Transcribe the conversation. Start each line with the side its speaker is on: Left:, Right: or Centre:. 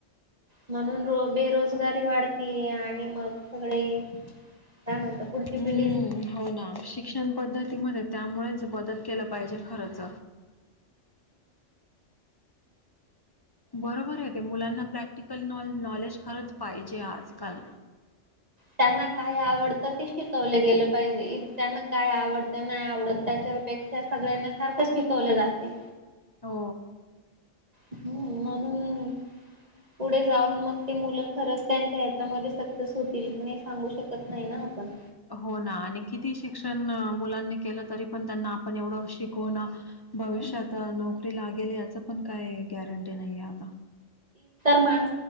Right: म्हणून र बेरोजगारी वाढतीय आणि मग सगळे काय म्हणत पुढची
Left: हम्म
Right: पिढी
Left: हो ना शिक्षण पद्धतीमध्ये त्यामुळेच बदल केला पाहिजे खरच बरोबर आहे ते मुलांना प्रॅक्टिकल नॉलेज खरंच पाहिजे आजकाल
Right: त्यांना काय आवडत ते शिकवलं गेलं पाहिजे त्यांना काय आवडत नाही आवडत त्या सगळ्यांना सारखंच शिकवले जाते
Left: हो
Right: हम् म्हणून पुढे जाऊन मग ते मुलं खरंच त्यांच्या हतामध्ये सक्सेस होतील कि नाही सांगू शकत नाही ना आपण
Left: हो ना आणि किती शिक्षण मुलांनी केलं तरी पण त्यांना आपण एवढं शिकवणं भविष्यात नोकरी लागेल याचं पण काय गॅरंटी नाही आहे आता
Right: मान